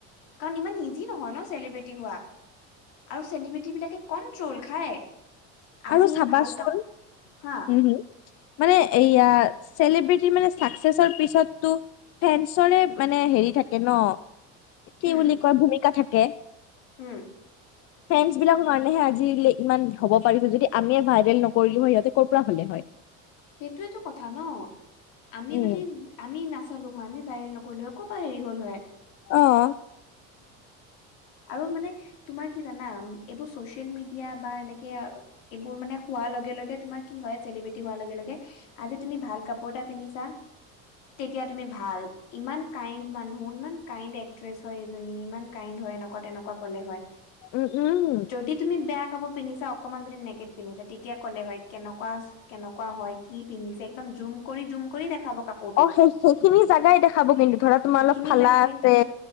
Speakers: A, on the left; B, on the left.
A: কাৰণ ইমান ইজি নহয় ন চেলিব্ৰেটি হোৱা আৰু চেলিব্ৰেটি বিলাকে কমট্ৰ'ল খায় আজি
B: আৰু চাবাচোন
A: এই ভাল কাপ
B: উম
A: হা
B: হুম মানে এইয়া চেলিব্ৰেটিৰ মানে চাকচেছৰ পিছতটো ফেন্সৰে মানে হেৰি থাকে ন কি
A: উম
B: বুলি কয় ভূমিকা থাকে।
A: উম
B: ফেনচ বিলাকৰ কাৰনে আজি ইমান হ'ব পাৰিছে যদি আমিয়ে ভাইৰেল নকৰিলো হয় সিহঁতে ক'ৰ পৰা হ'লে হয়
A: সেইটোৱেটো কথা ন আমি
B: উম,
A: যদি আমি নাচ চালো হয় আমি ভাইৰেল নকৰিলো হয় কৰ পৰা হেৰি হল হয়
B: অহ
A: হয় <unintelligible> আৰু মানে তোমাৰ কি জানা এইবোৰ চচিয়েল মিডিয়া বা এনেকে এইবোৰ মানে হোৱা লগে লগে তোমাৰ কি হয় চেলিব্ৰেটী হোৱা লগে লগে আজি তুমি ভাল কাপোৰ এটা পিনন্ধিছা তেতিয়া তুমি ভাল ইমান কাইণ্ড মানুহ ইমান কাইণ্ড এক্ট্ৰেছ হয় এজনী ইমান কাইণ্ড। ক তেনেকোৱা কলে হয়
B: উম, উম,
A: যদি তুমি বেয়া কাপোৰ পিন্ধিছা অকনমান যদি নেকেট পিন্ধিছে তেতিয়া ক'লে হয় কেনেকুৱা -কেনেকুৱা হয় কি পিন্ধিছে একদম জুম কৰি জুম কৰি দেখাব। কাপোৰটো
B: অ সেই সেইখিনি জেগাই দেখাব কিন্তু ধৰা তোমাৰ
A: সেইখিনি
B: অলপ ফালা
A: জেগা
B: আছে
A: একদম